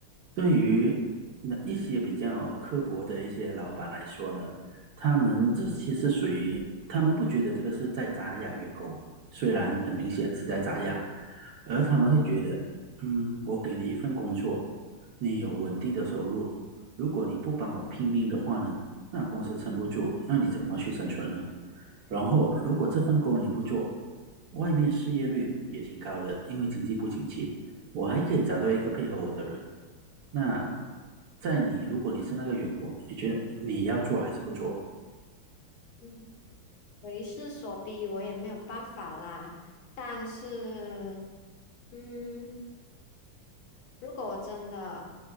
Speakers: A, on the right; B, on the left.
A: 对于那一些比较刻薄的一些老板来说呢，他们这些是属于他们不觉得这个是在砸压员工，虽然很明显是在砸压，而他们会觉得，嗯，我给你一份工作，你有稳定的收入，如果你不帮我拼命的话呢，那公司撑不住，那你怎么去生存呢？然后，如果这份工你不做，外面失业率也挺高的，因为经济不景气，我还可以找到一个配合我的人。那在你，如果你是那个员工，你觉得你要做还是不做？
B: 嗯，为势所逼，我也没有办法啦。但是，嗯，如果我真的